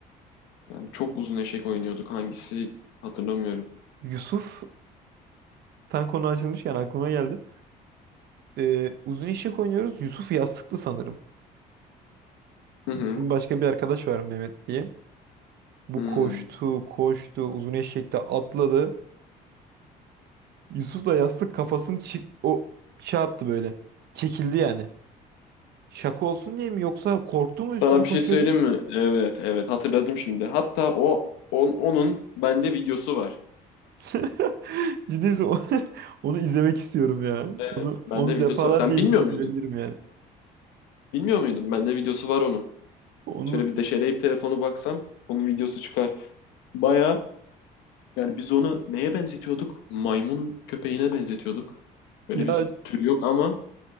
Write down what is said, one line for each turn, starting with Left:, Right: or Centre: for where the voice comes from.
Left: Yani çok uzun eşek oynuyorduk. Hangisi hatırlamıyorum.
Right: Yusuf tam konu açılmışken aklıma geldi. Ee, uzun eşek oynuyoruz. Yusuf yastıktı sanırım.
Left: Hı
Right: Bizim
Left: hı.
Right: başka bir arkadaş var Mehmet diye. Bu
Left: Hmm.
Right: koştu, koştu, uzun eşekte atladı. Yusuf da yastık kafasını çi- o şey yaptı böyle. Çekildi yani. Şaka olsun diye mi yoksa korktu mu üstüne
Left: Sana
Right: koşuyordu?
Left: bir şey söyleyeyim mi? Evet, evet hatırladım şimdi. Hatta o on- onun bende videosu var.
Right: <laughs> Ciddi misin? <laughs> Onu izlemek istiyorum ya.
Left: Evet,
Right: Onu
Left: bende
Right: onu
Left: videosu
Right: defalarca
Left: var. Sen
Right: izleyip
Left: bilmiyor muydun?
Right: gülebilirim yani.
Left: Bilmiyor muydun? Bende videosu var onun.
Right: Onu
Left: Şöyle bir deşeleyip telefonu baksam onun videosu çıkar. Baya. Yani biz onu neye benzetiyorduk? Maymun köpeğine benzetiyorduk. Böyle
Right: ya
Left: bir tür yok ama